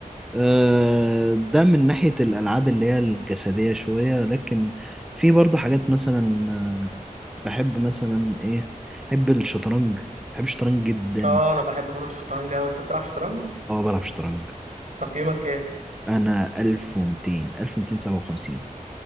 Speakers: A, in the centre; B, on the right.
A: آه، ده من ناحية الألعاب اللي هي الجسدية شوية لكن في برضو حاجات مثلا آه، بحب مثلا إيه بحب الشطرنج بحب الشطرنج جدا
B: اه انا بحب برضه الشطرنج اوي انت بتلعب شطرنج
A: أه بلعب شطرنج
B: تقييمك ايه
A: أنا 1200 1257